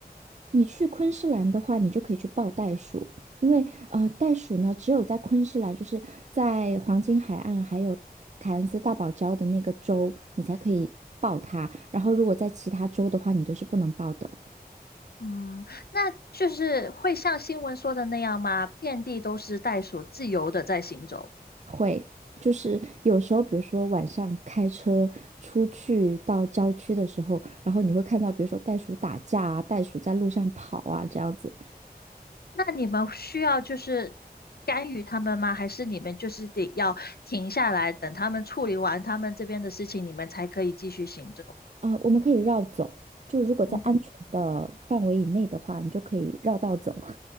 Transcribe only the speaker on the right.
你去昆士兰的话，你就可以去抱袋鼠，因为呃，袋鼠呢，只有在昆士兰，就是在黄金海岸还有凯恩斯大堡礁的那个州，你才可以抱它。然后，如果在其他州的话，你都是不能抱的。
会，就是有时候，比如说晚上开车出去到郊区的时候，然后你会看到，比如说袋鼠打架啊，袋鼠在路上跑啊，这样子。
呃，我们可以绕走，就如果在安全的范围以内的话，
你就可以绕道走。